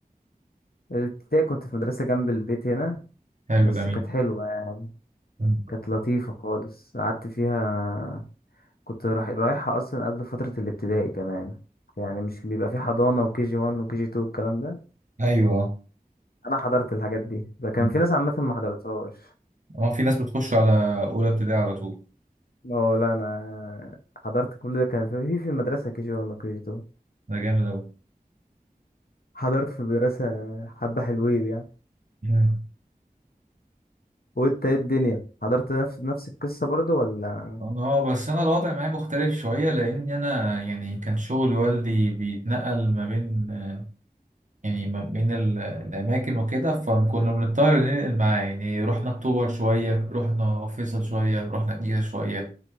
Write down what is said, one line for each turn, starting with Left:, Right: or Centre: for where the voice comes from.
Left: الابتدائي كنت في مدرسه جنب البيت هنا
Right: حلو
Left: بس
Right: جميل
Left: كانت حلوه يعني
Right: مم.
Left: كانت لطيفه خالص قعدت فيها كنت رايح رايحها اصلا قبل فتره الابتدائي كمان يعني مش بيبقى في حضانه وكي جي 1 وكي جي 2 الكلام ده
Right: ايوه
Left: انا حضرت الحاجات دي ده كان
Right: مم.
Left: في ناس عامه ما حضرتهاش
Right: اه في ناس بتخش على اولى ابتدائي على طول
Left: اه لا انا حضرت كل ده كان في في في المدرسه كي جي 1 وكي جي 2
Right: ده جامد اوي
Left: حضرت في مدرسة حبة حلوين يعني
Right: مم.
Left: وانت ايه الدنيا حضرت نفس نفس القصة برضو ولا
Right: اه آه، بس انا الوضع معايا مختلف شوية لان انا يعني كان شغل والدي بيتنقل ما بين آه، يعني ما بين ال- الأماكن وكده فكنا بنضطر ننقل معاه يعني رحنا أكتوبر شوية رحنا فيصل شوية رحنا الجيزة شوية